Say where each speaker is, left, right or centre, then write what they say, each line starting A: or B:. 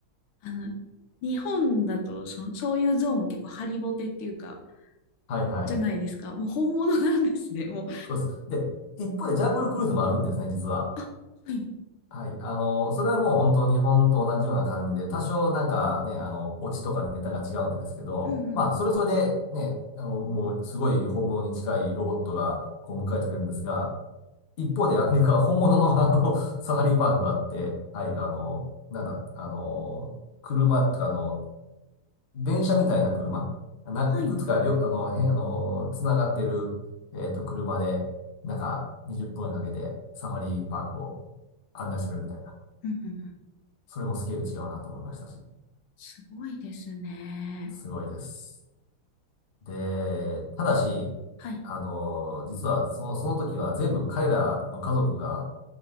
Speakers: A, on the left (about 75°); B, on the left (about 55°).
A: あの、日本だとそ、そういう像も結構ハリボテっていうか、
B: はいはい。
A: じゃないですか。もう本物なんですね。もう、
B: そうです。で、一方でジャングルクルーズもあるんですね、実は。
A: あ、はい。
B: はい。あの、それはもう本当日本と同じような感じで、多少なんかね、あの、オチとかネタが違うんですけど、
A: うんうん。
B: まあ、それそれでね、あの、もうすごい本物に近いロボットがこう迎えてくれるんですが、一方でアメリカは本物のあの、サファリパークがあって、はい、あの、なんだ、あの、車とかの電車みたいな車、な、
A: はい。
B: いくつかりょ、
A: うん
B: あの、へ、あの、つながってる、えっと、車で、なんか、20分かけて、サファリパークを案内してくれるみたいな。
A: うんうん。
B: それもスケール違うなと思いましたし、
A: すごいですね。
B: すごいです。で、ただし、
A: はい。
B: あの、実は、その、その時は全部彼らの家族が、